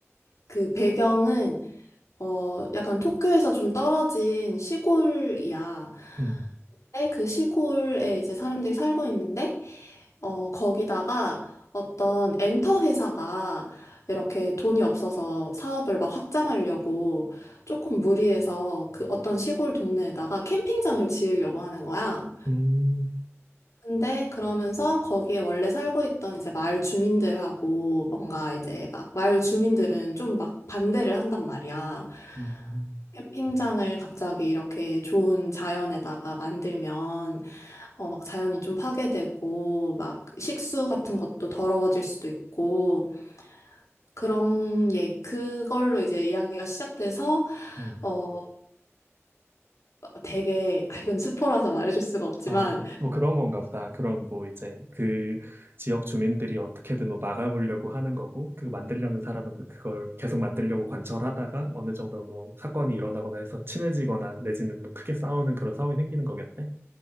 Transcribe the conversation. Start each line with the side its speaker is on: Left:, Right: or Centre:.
Left: 그 배경은, 어, 약간 도쿄에서 좀 떨어진 시골이야.
Right: 음,
Left: 근데 그 시골에 이제 사람들이 살고 있는데, 어, 거기다가 어떤 엔터 회사가 이렇게 돈이 없어서 사업을 막 확장하려고 조금 무리해서 그 어떤 시골 동네에다가 캠핑장을 지으려고 하는 거야.
Right: 음,
Left: 근데 그러면서 거기에 원래 살고 있던 이제 마을 주민들하고 뭔가 이제 막 마을 주민들은 좀 막 반대를 한단 말이야.
Right: 음,
Left: 캠핑장을 갑자기 이렇게 좋은 자연에다가 만들면 어, 막 자연이 좀 파괴되고, 막 식수 같은 것도 더러워질 수도 있고, 그런, 예, 그걸로 이제 이야기가 시작돼서,
Right: 음.
Left: 어, 되게, 아, 이건 스포라서 말해줄 수가 없지만,
Right: 아, 뭐 그런 건가 보다. 그럼 뭐 이제 그 지역 주민들이 어떻게든 뭐 막아보려고 하는 거고, 그 만들려는 사람은 그걸 계속 만들려고 관철하다가 어느 정도 뭐 사건이 일어나거나 해서 친해지거나 내지는 뭐 크게 싸우는 그런 상황이 생기는 거겠네.